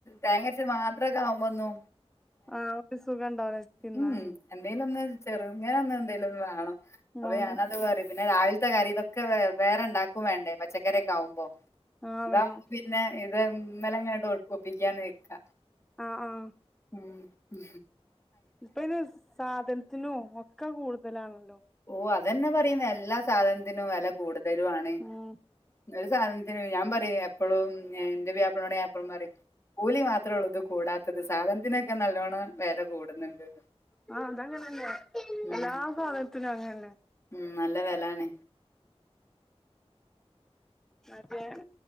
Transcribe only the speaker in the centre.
ആഹ് ഒരു സുഖണ്ടാവുല തിന്നാനേ
വേണം
ആ
വേണം
ആഹ് ആഹ്
ഇപ്പ ആയ്ന് സാധനത്തിനോ ഒക്കെ കൂടുതലാണല്ലോ
ഉം
ആഹ് അതങ്ങനന്നെ
എല്ലാ സാധൻത്തിനും അങ്ങനന്നെ
അതെ